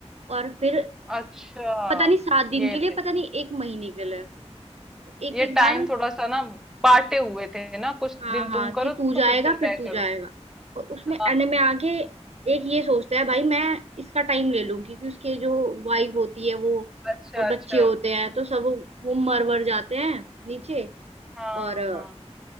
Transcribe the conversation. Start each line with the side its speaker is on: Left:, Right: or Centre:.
Right: और फिर
Centre: अच्छा
Right: पता नहीं सात दिन
Centre: ये
Right: के
Centre: थे
Right: लिए पता नहीं एक महीने के लिए एक
Centre: ये
Right: एक बार
Centre: टाइम थोड़ा सा ना बांटे हुए थे ना कुछ
Right: हाँ
Centre: दिन
Right: हाँ
Centre: तुम करो
Right: कि तू जाएगा
Centre: तो कुछ दिन
Right: फिर
Centre: मैं
Right: तू
Centre: करूँ
Right: जाएगा और उसमें
Centre: हाँ
Right: एंड में आके एक ये सोचता है भाई मैं इसका टाइम ले लूं क्योंकि उसके जो वाइफ होती है वो
Centre: अच्छा
Right: और बच्चे
Centre: अच्छा
Right: होते हैं तो सब वो मर वर जाते हैं नीचे
Centre: हाँ
Right: और अ,
Centre: हाँ